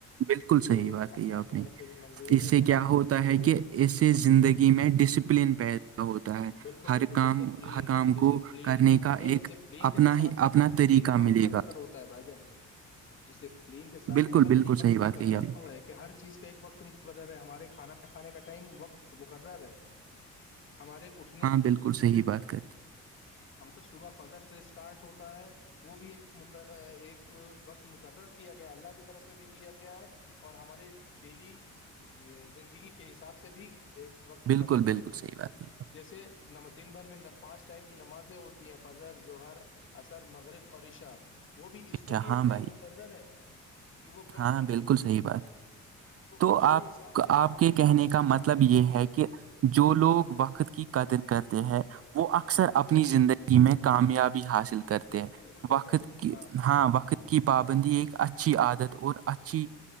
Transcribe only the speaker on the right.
بالکل
صحیح بات کہی
آپ
نے
اس
سے
کیا
ہوتا
ہے
کہ
اس سے
زندگی
میں ڈسپلن پیدا ہوتا ہے
ہر
کام
ہر کام
کو
کرنے کا ایک
اپنا
ہی
اپنا طریقہ
ملے
گا
بالکل
بالکل
صحیح
بات
کہی آپ نے
ہاں بالکل صحی بات کرتے
بالکل بالکل
صحیح بات کہی آپ
نے۔
اچھا
ہاں
بھائی
ہاں
بالکل
صحیح بات تو
آپ
آپ
کے
کہنے کا مطلب
یہ
ہے کہ جو لوگ وقت کی قدر کرتے ہیں وہ
اکثر
اپنی زندگی میں کامیاب بھی حاصل
کرتے
ہیں
وقت
کی
ہاں
وقت کی پابندی ایک اچھی عادت تو اور اچھی